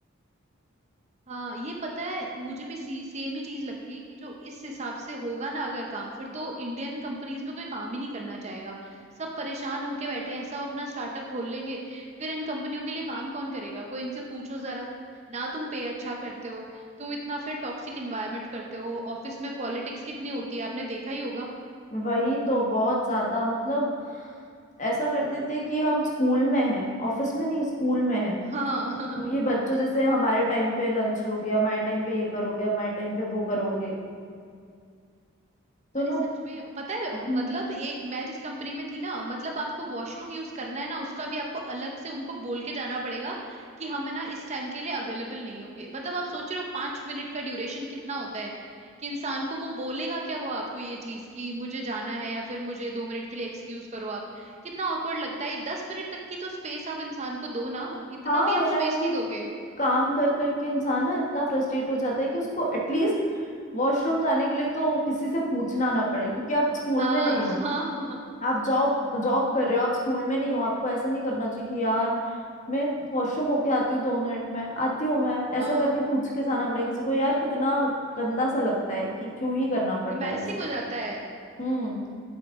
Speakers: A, on the right (about 30°); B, on the left (about 35°).
A: हाँ ये पता है मुझे भी सी, सेम ही चीज लगती है कि जो इस हिसाब से होगा ना अगर काम फिर तो इंडियन कंपनीज में कोई काम ही नहीं करना चाहेगा सब परेशान होके बैठे हैं सब अपना स्टार्टअप खोल लेंगे फिर इन कंपनियों के लिए काम कौन करेगा कोई इनसे पूछो जरा ना तुम पे अच्छा करते हो तुम इतना फिर टॉक्सिक इन्वायरमेंट करते हो ऑफिस में पॉलिटिक्स कितनी होती है आपने देखा ही होगा
B: वही तो बहुत ज्यादा मतलब ऐसा कर देते हैं कि हम स्कूल में हैं ऑफिस में नहीं स्कूल में हैं
A: हाँ <laughs>
B: ये बच्चों जैसे हमारे टाइम पे लंच लोगे हमारे टाइम पे ये करोगे हमारे टाइम पे वो करोगे तो
A: अरे
B: ना
A: सच में पता है
B: हम्म,
A: मतलब एक मैं जिस कंपनी में थी ना मतलब आपको वॉशरूम यूज करना है ना उसका भी आपको अलग से उनको बोल के जाना पड़ेगा कि हम है ना इस टाइम के लिए अवेलेबल नहीं होंगे मतलब आप सोच रहे हो पांच मिनट का ड्यूरेशन कितना होता है कि इंसान को वो बोलेगा क्या वो आपको ये चीज कि मुझे जाना है या फिर मुझे दो मिनट के लिए एक्सक्यूज करो आप कितना ऑकवर्ड लगता है दस मिनट तक की तो स्पेस आप इंसान को दो ना इतना
B: हाँ
A: भी आप
B: यार
A: स्पेस
B: कि
A: नहीं दोगे
B: काम कर करके इंसान ना इतना फ्रस्ट्रेट हो जाता है कि उसको एटलीस्ट वॉशरूम जाने के लिए तो किसी से पूछना ना पड़े क्योंकि आप स्कूल
A: हाँ
B: में नहीं हो
A: हाँ हाँ, हाँ,
B: आप जॉब जॉब कर रहे हो आप स्कूल में नहीं हो आपको ऐसा नहीं करना चाहिए कि यार मैं वॉशरूम होके आती हूँ दो मिनट में आती हूँ मैं
A: हाँ,
B: ऐसा
A: हाँ
B: करके पूछ के जाना पड़ेगा किसी को यार कितना गंदा सा लगता है कि क्यों ही करना पड़
A: इम्बेरसिंग
B: रहा है ये सब
A: हो जाता है
B: हम्म